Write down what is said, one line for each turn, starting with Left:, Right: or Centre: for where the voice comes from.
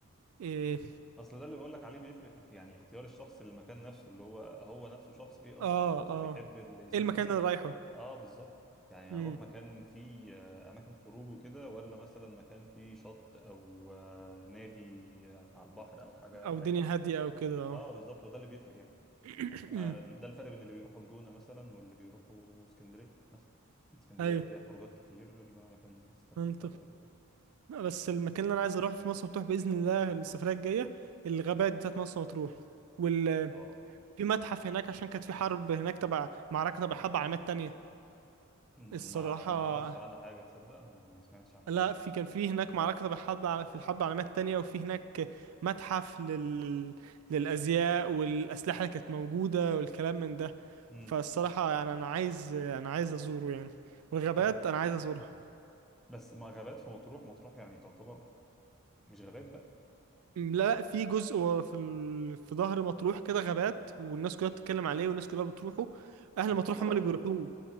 Right: إيه
Centre: اصل ده اللي بقول لك عليه بيفرق في اخ- يعني اختيار الشخص للمكان نفسه اللي هو هو نفسه شخص ايه اصلا
Right: اه
Centre: شخص
Right: اه
Centre: بيحب اللي يسافر
Right: ايه المكان
Centre: مثلا
Right: اللي رايحه
Centre: اه بالظبط يعني
Right: امم
Centre: هروح مكان فيه آه، اماكن خروج وكده ولا مثلا مكان فيه شط او آه، نادي آه، على البحر او حاجه
Right: او
Centre: اريح
Right: دنيا هادية او كده اه
Centre: اه بالظبط هو ده اللي بيفرق يعني
Right: <clears throat>
Centre: آه،
Right: أمم،
Centre: ده الفرق بين اللي بيروحوا الجونة مثلا واللي بيروحوا اسكندرية مثلا اسكندرية
Right: ايوه
Centre: فيها خروجات كتير الجونة مكان ممكن تسترخي
Right: منطق
Centre: فيه أكتر وكده
Right: لا بس المكان اللي انا عايز اروحه في مرسى مطروح باذن الله السفريه الجايه الغابات بتاعت مرسى مطروح وال
Centre: اه
Right: في متحف هناك عشان كانت في حرب هناك تبع معركه تبع حرب عالمات تانية
Centre: أمم،
Right: الصراحه
Centre: ما ما أعرفش عنها حاجة تصدق أنا ما سمعتش عنها
Right: لا
Centre: قبل كده
Right: في كان في هناك معركه تبع حرب ع- في الحرب العالمات التانية وفي هناك متحف لل... للازياء والاسلحه اللي كانت موجوده والكلام من ده
Centre: أمم
Right: فالصراحه يعني انا عايز انا عايز ازوره يعني والغابات
Centre: في حاجة
Right: انا عايز ازورها
Centre: بس ما غابات في مطروح مطروح يعني تعتبر مش غابات بقى
Right: م، لا لا في جزء و- في ال... في ظهر مطروح كده غابات والناس كلها بتتكلم عليه والناس كلها بتروحه اهل
Centre: في الصحراء
Right: مطروح هم اللي بيروحوه